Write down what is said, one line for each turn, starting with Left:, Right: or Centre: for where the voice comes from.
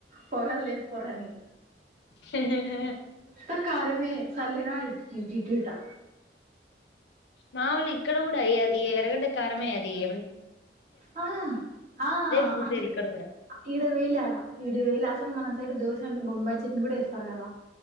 Right: పొగలు లేపుకోరని
Left: హే హే
Right: త కరమే సళ్ళిన ఇటీ ఇటా
Left: మా వాళ్ళు ఇక్కడ కూడా అయ్య అది ఎరగడ్డ కారమే అది ఎ
Right: ఆ ఆ
Left: పూసేది
Right: అట్లా
Left: ఇక్కడ కూడా
Right: ఇడ వెేయిలేడా ఆడ ఈడ వెేయిలే అసలు మన సైడ్ దోశ అంట బొంబాయి చట్నీ కూడాేస్తారు కదా